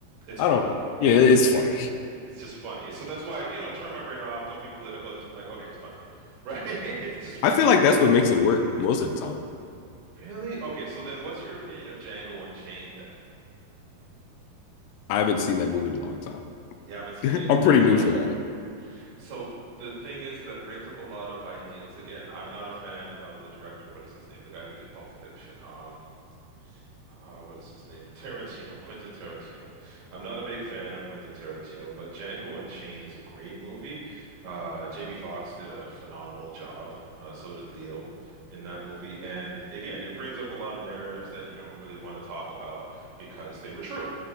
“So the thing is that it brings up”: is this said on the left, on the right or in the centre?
Right